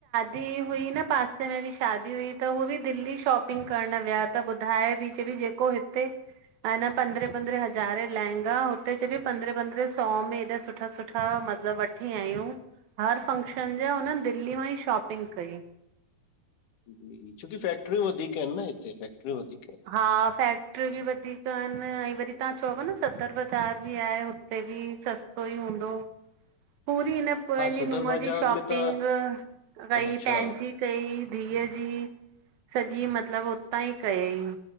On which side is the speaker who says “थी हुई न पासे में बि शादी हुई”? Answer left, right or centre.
Right